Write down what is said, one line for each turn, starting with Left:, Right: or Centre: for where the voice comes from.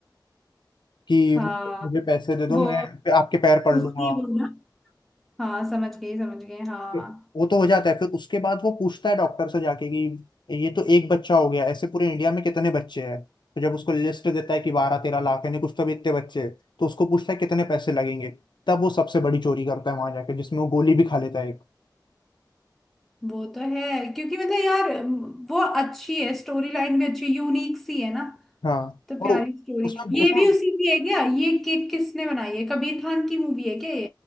Left: कि
Centre: हाँ
Left: मुझे पैसे दे दो
Centre: वो
Left: मैं फिर आपके पैर पड़ लूंगा
Centre: उसकी वो ना हाँ समझ गई समझ गई हाँ
Left: फिर वो तो हो जाता है फिर उसके बाद वो पूछता है डॉक्टर से जाके कि ये तो एक बच्चा हो गया ऐसे पूरे इंडिया में कितने बच्चे हैं तो जब उसको लिस्ट देता है कि बारह तेरह लाख यानी कुछ तो भी इतने बच्चे हैं, तो उसको पूछता है कितने पैसे लगेंगे तब वो सबसे बड़ी चोरी करता है वहां जाके जिसमें वो गोली भी खा लेता है एक
Centre: वो तो है क्योंकि मतलब यार वो अच्छी है स्टोरी लाइन भी अच्छी यूनिक सी है ना
Left: हाँ
Centre: तो
Left: और
Centre: प्यारी स्टोरी
Left: उसमें
Centre: ये
Left: उसमें
Centre: भी उसी की है क्या ये कि किसने बनाई है कबीर खान की मूवी है क्या ये